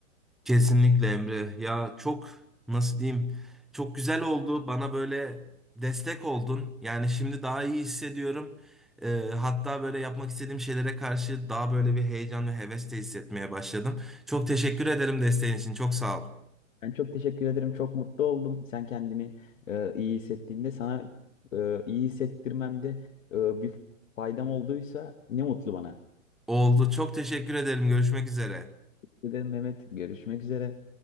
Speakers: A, in the centre; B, on the left.
A: Kesinlikle Emre. Ya çok nasıl diyeyim? Çok güzel oldu. Bana böyle destek oldun. Yani şimdi daha iyi hissediyorum. Ee, hatta böyle yapmak istediğim şeylere karşı daha böyle bir heyecan ve heves de hissetmeye başladım. Çok teşekkür ederim desteğin için. Çok sağ ol.
B: Ben çok teşekkür ederim. Çok mutlu oldum. Sen kendini e, iyi hissettiğinde sana e, iyi hissettirmemde e, bir faydam olduysa ne mutlu bana.
A: Oldu. Çok teşekkür ederim. Görüşmek üzere.
B: Teşekkür ederim Mehmet. Görüşmek üzere.